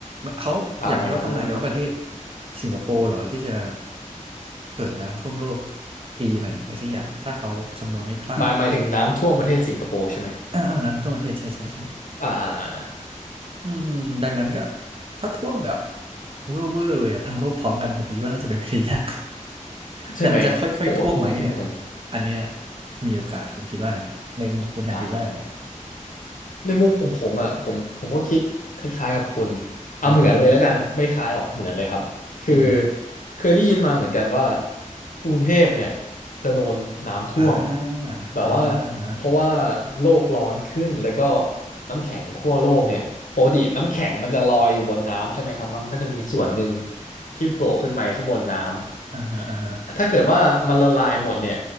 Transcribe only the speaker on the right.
เขาอย่างที่เขาทำนายกันว่าประเทศ
สิงคโปร์เหรอที่จะเกิดน้ำท่วมโลกปีไหนอะไรสักอย่างถ้าเขาคำนวณไม่พลาด
อ่าอ่าน้ำท่วมประเทศใช่ใช่ใช่ครับ
อืมดังนั้นก็ถ้าท่วมแบบเวอร์เวอร์เลยอะทั้งโลกพร้อมกันผมคิดว่าน่าจะเป็นไปได้ยาก <laughs>
แต่มันจะค่อยๆท่วมไหมเนี่ยอันเนี้ยมีโอกาสผมคิดว่านะในมุมคุณแฮมคิดว่าไง
อ่าฮะอ่าฮะอือฮึ
อ่าอ่าฮะอ่า
ฮะ
อ่าฮะอ่าฮะ